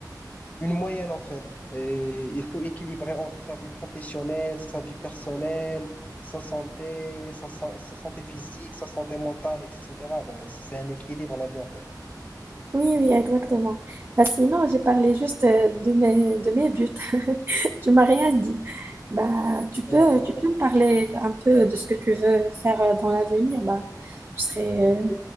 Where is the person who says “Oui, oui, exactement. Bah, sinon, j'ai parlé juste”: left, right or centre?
Right